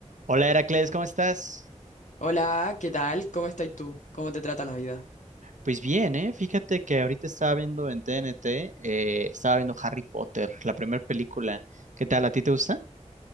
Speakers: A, on the right; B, on the left.
A: Hola Heracles, ¿cómo estás?
B: Hola, ¿qué tal? ¿Cómo estás tú? ¿Cómo te trata la vida?
A: Pues bien, ¿eh? Fíjate que ahorita estaba viendo en TNT, eh, estaba viendo Harry Potter, la primera película. ¿Qué tal? ¿A ti te gusta?